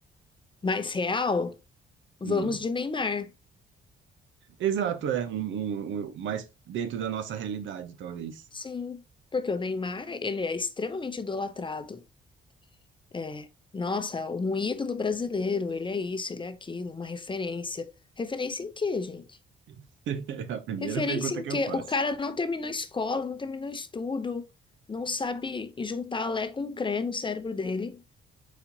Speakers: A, on the left; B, on the right.
A: mais real, vamos
B: Hum.
A: de Neymar.
B: Exato, é um, um- um- mais dentro da nossa realidade, talvez.
A: Sim, porque o Neymar, ele é extremamente idolatrado. É, nossa, um ídolo brasileiro, ele é isso, ele é aquilo, uma referência. Referência em quê, gente?
B: <laughs> É a primeira
A: Referência
B: pergunta
A: em
B: que
A: quê?
B: eu faço.
A: O cara não terminou escola, não terminou estudo, não sabe juntar Lé com Cré no cérebro dele.